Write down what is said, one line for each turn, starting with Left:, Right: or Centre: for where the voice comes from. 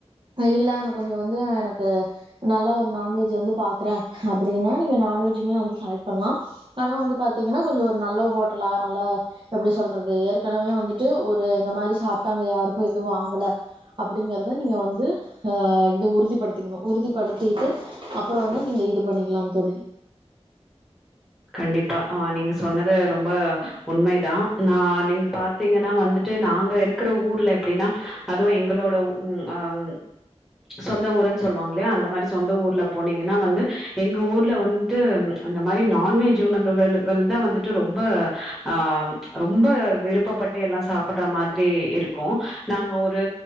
Right: இல்ல நா கொஞ்சோ வந்து எனக்கு நல்லா ஒரு நான்வெஜ் வந்து பாக்கறே அப்படின்னா நீங்க நான்வெஜ்ஜுமே வந்து ஆட் பண்லா ஆனா வந்து பாத்தீங்கனா கொஞ்சோ ஒரு நல்ல ஹோட்டலா நல்லா எப்படி சொல்றது ஏற்கனவே வந்துட்டு ஒரு இந்த மாரி சாப்ட்டாங்க யாருக்கு எதுவு ஆகல அப்படிங்கறத நீங்க வந்து ஆஹ் இத உறுதிப்படுத்திக்கணு உறுதிப்படுத்திட்டு அப்பறோ வந்து நீங்க இது பண்ணிக்கலா தோழி
Centre: கண்டிப்பா ஆஹ் நீங்க சொன்னது ரொம்ப உண்மைதா நா நீங்க பாத்தீங்கன்னா வந்துட்டு நாங்க இருக்கற ஊர்ல எப்டின்னா அதுவு எங்களோட ம் அம் சொந்த ஊருன் சொல்லுவாங்ல்லியா அந்த மாரி சொந்த ஊர்ல போனீங்கன்னா வந்து எங்க ஊர்ல வந்ட்டு அந்த மாரி நா நான்வெஜ்ஜு உணவு <unintelligible> கள் தா வந்துட்டு ரொம்ப ஆஹ் ரொம்ப விருப்பப்பட்டு எல்லா சாப்பிட்ற மாதிரி இருக்கு நாங்க ஒரு